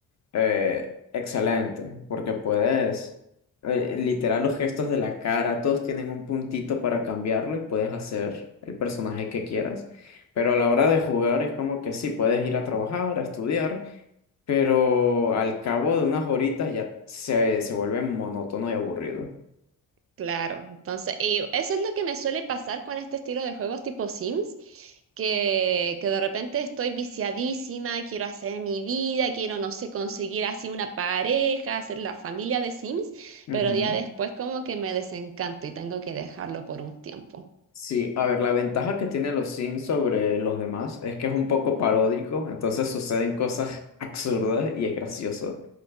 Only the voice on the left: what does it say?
eh, excelente, porque puedes... eh, Literal, los gestos de la cara, todos tienen un puntito para cambiarlo y puedes hacer el personaje que quieras. Pero a la hora de jugar es como que sí, puedes ir a trabajar, a estudiar, pero al cabo de unas horitas ya se, se vuelve monótono y aburrido.
Ujú.
Sí, a ver, la ventaja que tiene los Sims sobre los demás es que es un poco paródico, entonces suceden cosas absurdas y es gracioso.